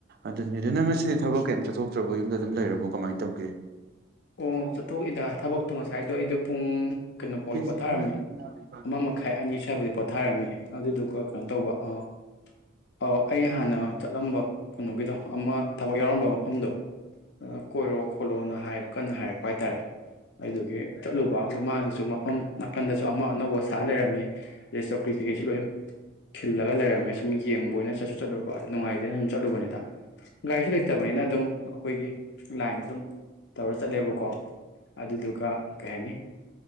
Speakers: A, on the right (about 50°); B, on the left (about 60°).
A: ꯑꯗꯨꯅꯤ ꯑꯗꯨ ꯅꯪ ꯉꯁꯤꯗꯤ ꯊꯕꯛ ꯀꯔꯤꯝꯇ ꯆꯠꯊꯣꯛꯇ꯭ꯔꯕ ꯌꯨꯝꯗ ꯑꯗꯨꯝ ꯂꯩꯔꯕꯣ ꯀꯃꯥꯏꯅ ꯇꯧꯒꯦ
B: ꯑꯣ ꯆꯠꯊꯣꯛꯏꯗ ꯊꯕꯛꯇꯣ ꯉꯁꯥꯏꯗꯣ ꯑꯩꯗꯣ ꯄꯨꯡ ꯀꯩꯅꯣꯐꯥꯎꯗꯤ
A: ꯀꯦꯖꯤ
B: ꯄꯣꯊꯥꯔꯝꯃꯤ
A: ꯑꯃ ꯅꯠꯇ꯭ꯔꯗꯤ ꯌꯥꯔꯣꯏꯕ
B: ꯑꯃ ꯃꯈꯥꯏ ꯑꯅꯤ ꯁ꯭ꯋꯥꯏꯕꯨꯗꯤ ꯄꯣꯊꯥꯔꯝꯃꯤ ꯑꯗꯨꯗꯨꯒ ꯀꯩꯅꯣ ꯇꯧꯕ ꯑꯥ ꯑꯣ ꯑꯩꯅ ꯍꯥꯟꯅ ꯆꯠꯂꯝꯕ ꯀꯩꯅꯣꯒꯤꯗꯣ ꯑꯃ ꯊꯕꯛ ꯌꯥꯎꯔꯝꯕ ꯃꯐꯝꯗꯣ ꯑꯗꯨ ꯀꯣꯏꯔꯣ ꯈꯣꯠꯂꯣꯅ ꯍꯥꯏꯔ ꯀꯟꯅ ꯍꯥꯏꯔꯛꯄ ꯍꯥꯏꯇꯥꯔꯦ ꯑꯗꯨꯒꯤ ꯆꯠꯂꯨꯕ ꯑꯗꯨ ꯃꯥꯒꯤꯁꯨ ꯃꯐꯝ ꯅꯥꯀꯟꯗꯁꯨ ꯑꯃ ꯑꯅꯧꯕ ꯁꯥ ꯂꯩꯔꯝꯃꯦ ꯑꯗꯩ ꯆꯧꯀ꯭ꯔꯤ ꯀꯩꯀꯩꯁꯨ ꯂꯣꯏ ꯈꯤꯜꯂꯒ ꯂꯩꯔꯝꯃꯦ ꯁꯨꯝ ꯌꯦꯡꯕ ꯑꯣꯏꯅ ꯆꯠꯁꯨ ꯆꯠꯂꯨꯕ ꯑꯗꯨꯝ ꯅꯨꯡꯉꯥꯏꯇꯦꯅ ꯁꯨꯝ ꯆꯠꯂꯨꯕꯅꯤꯗ ꯒꯥꯔꯤꯁꯨ ꯂꯩꯇꯕꯅꯤꯅ ꯑꯗꯨꯝ ꯑꯩꯈꯣꯏꯒꯤ ꯂꯥꯏꯟꯗ ꯑꯗꯨꯝ ꯇꯧꯔ ꯆꯠꯂꯦꯕꯀꯣ ꯑꯗꯨꯗꯨꯒ ꯀꯩ ꯍꯥꯏꯅꯤ